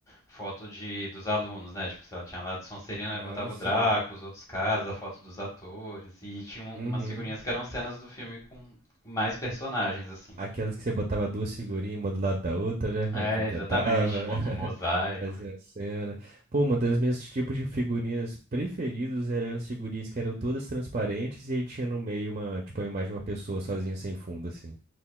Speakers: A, on the left; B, on the right.
A: foto de dos alunos, né? Tipo, sei lá, tinha lá do Sonserina
B: Ah,
A: e botava
B: sim.
A: o Draco, os outros caras, a foto dos atores. E tinha um-
B: Uhum.
A: umas figurinhas que eram cenas do filme com mais personagens, assim.
B: Aquelas que você botava duas figurinhas uma do lado da outra, né?
A: É,
B: Aí completava,
A: exatamente, monta
B: <laughs>
A: um mosaico.
B: fazia a cena. Pô, uma das minhas tipos de figurinhas preferidos eram as figurinhas que eram todas transparentes e aí tinha no meio uma, tipo, a imagem de uma pessoa sozinha sem fundo, assim.